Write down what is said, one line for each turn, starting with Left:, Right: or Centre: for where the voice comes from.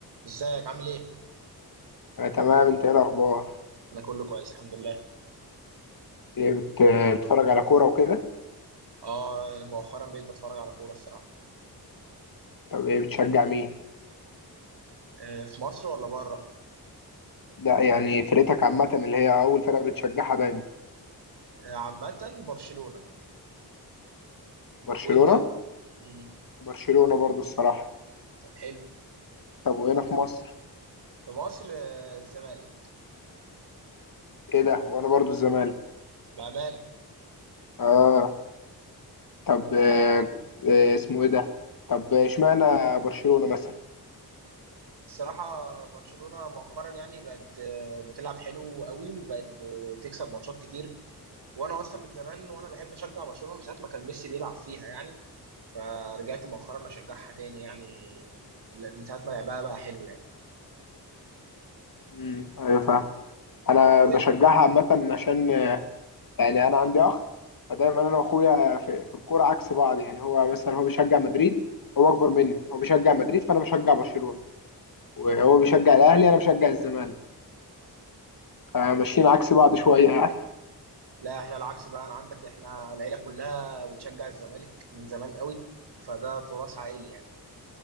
Right: ازيك عامل ايه؟
Left: أنا تمام أنت إيه الأخبار؟
Right: انا كله كويس الحمد لله.
Left: إيه بت- بتتفرج على كورة وكده؟
Right: اه مؤخرا بقيت بتفرج على كورة الصراحة.
Left: طب إيه بتشجع مين؟
Right: آه في مصر ولا بره؟
Left: لا يعني فرقتك عامة اللي هي أول فرقة بتشجعها دايما
Right: آه عامة برشلونة.
Left: برشلونة؟
Right: وانت؟ مم.
Left: برشلونة برضو الصراحة
Right: طب حلو.
Left: طب وهنا في مصر؟
Right: في مصر آه الزمالك
Left: إيه ده؟ وأنا برضو الزمالك
Right: بأمانة.
Left: آه طب آه آه، اسمه إيه ده؟ طب إشمعنى برشلونة مثلا؟
Right: الصراحة برشلونة مؤخرا يعني بقت آه بتلعب حلو قوي وبقت بتكسب ماتشات كتير. وانا اصلا من زمان وانا بحب اشجع برشلونة من ساعة ما كان ميسي بيلعب فيها يعني. فرجعت مؤخرا اشجعها تاني يعني لا، من ساعة ما لعبها بقى حلو
Left: امم أيوة فاهم أنا
Right: يعني.
Left: بشجعها عامة عشان يعني انا عندي اخ فدايما انا واخويا في, في الكوره عكس بعض يعني هو مثلا هو بيشجع مدريد هو اكبر مني هو بيشجع مدريد فانا بشجع برشلونه وهو بيشجع الاهلي انا بشجع الزمالك فماشيين عكس بعض شويه يعني
Right: لا احنا العكس بقى انا عندك احنا العيله كلها بتشجع الزمالك من زمان قوي فده تراث عائلي يعني